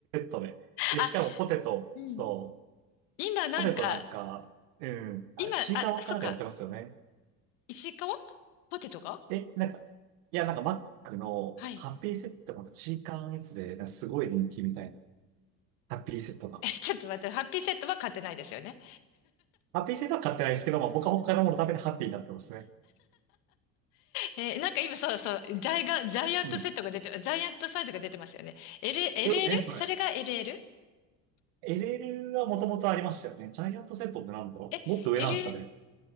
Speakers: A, on the right; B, on the left.
A: ね。で、
B: あ、
A: しかもポテト、
B: うん。
A: そう、
B: 今なんか、
A: ポテトなんか、うん、
B: 今、
A: あ、チーカワかなんかやってますよね。
B: あ、そっか、石川ポテトが
A: え、なんか、いや、なんかマックのハッピーセットのチーカーのやつで、
B: はい。
A: なんかすごい人気みたいな、ハッピーセットが。
B: えちょっと待って、ハッピーセットは買ってないですよね。
A: ハッピーセットは買ってないですけど、まあ僕は他のもののためにハッピーになってますね。
B: えーなんか今そうそう、ジャイガン、ジャイアントセットが出て、
A: うん。
B: ジャイアントサイズが出てますよね。L、LL?
A: え、え、それ。
B: それが LL?
A: LL はもともとありましたよね。ジャイアントセットってなんだろうもっと上なんですかね。
B: え、L、